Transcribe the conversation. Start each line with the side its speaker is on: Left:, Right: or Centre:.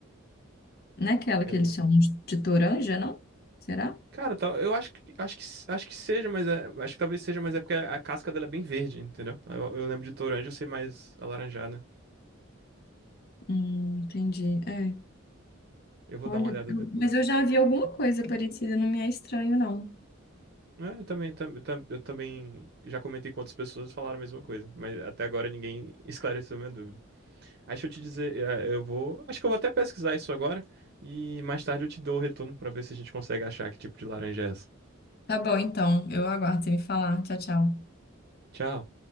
Left: Não é aquela
Right: Eu
Left: que
Right: não.
Left: eles chamam de de toranja, não? Será?
Right: Cara, tal, eu acho que, acho que, acho que seja, mas é- acho que talvez seja, mas é porque a, a casca dela é bem verde, entendeu? Eu, eu lembro de toranja ser mais alaranjada.
Left: Hum, entendi. É.
Right: Eu vou
Left: Olha,
Right: dar uma olhada
Left: eu-
Right: depois.
Left: mas eu já vi alguma coisa parecida, não me é estranho, não.
Right: É, eu também, tam- tam- eu também já comentei com outras pessoas e falaram a mesma coisa, mas até agora ninguém <laughs> esclareceu a minha dúvida. Aí deixa eu te dizer, eh, eu vou, acho que eu vou até pesquisar isso agora e mais tarde eu te dou o retorno pra ver se a gente consegue achar que tipo de laranja é essa.
Left: Tá bom, então. Eu aguardo você me falar. Tchau, tchau.
Right: Tchau.